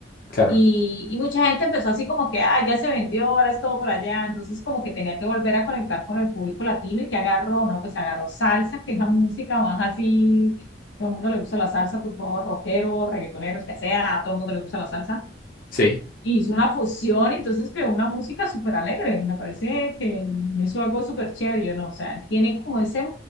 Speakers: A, on the left (about 50°); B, on the left (about 75°).
A: <laughs>
B: Y,
A: claro,
B: y mucha gente empezó así como que, ah, ya se vendió, ahora es todo por allá. Entonces como que tenía que volver a conectar con el público latino y que agarró, ¿no? Pues agarró salsa, que es la música más así, todo el mundo le gusta la salsa, por favor, rockero, reggaetonero, que sea, a todo el mundo le gusta la salsa.
A: sí.
B: Y hizo una fusión, entonces creó una música súper alegre. Me parece que hizo algo súper chévere, yo no, o sea, tiene como ese,